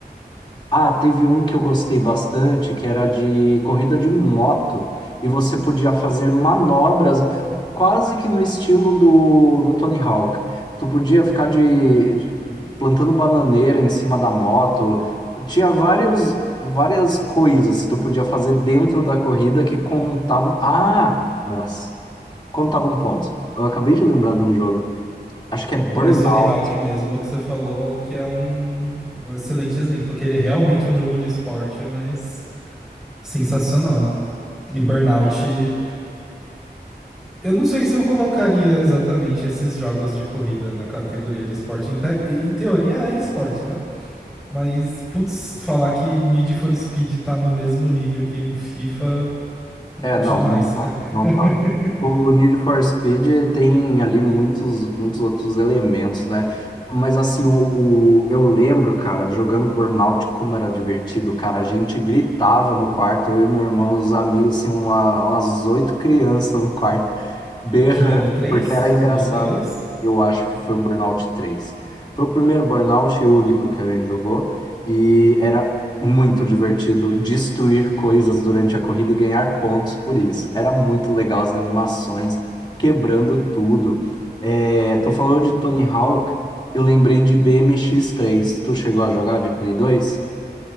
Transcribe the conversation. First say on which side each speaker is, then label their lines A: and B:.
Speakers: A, on the left; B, in the centre.
A: Ah, teve um que eu gostei bastante, que era de corrida de moto, e você podia fazer manobras eh, quase que no estilo do, do Tony Hawk. Tu podia ficar de, de- plantando bananeira em cima da moto. Tinha vários, várias coisas que tu podia fazer dentro da corrida que contavam. Ah, nossa, contavam pontos. Eu acabei de lembrar de um jogo. Acho que é Burnout.
B: Pô, mas Tony Hawk mesmo, é o que você falou que é um, um excelente exemplo, que ele realmente é um jogo de esporte, mas sensacional. E Burnout Eu não sei se eu colocaria exatamente esses jogos de corrida na categoria de esporte. Em, te- em teoria é esporte, né? Mas, putz, falar que Need for Speed tá no mesmo nível que um FIFA, eh,
A: É, não,
B: jamais,
A: não tá,
B: cara. <laughs>
A: não tá. O, o Need for Speed tem ali muitos, muitos outros elementos, né? Mas assim, o, o- eu lembro, cara, jogando Burnout, como era divertido, cara. A gente gritava no quarto, eu e meu irmão, os amigos, assim, uma- umas oito crianças no quarto berrando,
B: Jogando 3,
A: porque era engraçado.
B: do de Play 2?
A: Eu acho que foi o Burnout 3. Foi o primeiro Burnout e único que a gente jogou e era muito divertido destruir coisas durante a corrida e ganhar pontos por isso. Era muito legal as animações, quebrando tudo. É, tu falou de Tony Hawk, eu lembrei de BMX três. Tu chegou a jogar de Play dois